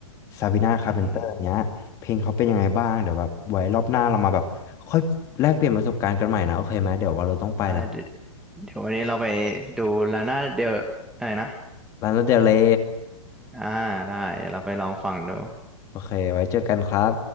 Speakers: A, on the left (about 20°); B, in the centre.
A: ซา b ิน่าคาร์เพนเตอร์เงี้ยเพลงเขาเป็นยังไงบ้างเดี๋ยวแบบไว้รอบหน้าเรามาแบบค่อยแลกเปลี่ยนประสบการณ์กันใหม่นะโอเคไหมเดี๋ยววาโลต้องไปแล้ว
B: อือหืออ่าเดี๋ยวเดี๋ยววันนี้เราไปดูลาน่าเดลอะไรนะ
A: ลานาเดลเลย
B: อ่าได้เดี๋ยวเราไปลองฟังดู
A: โอเคไว้เจอกันครับ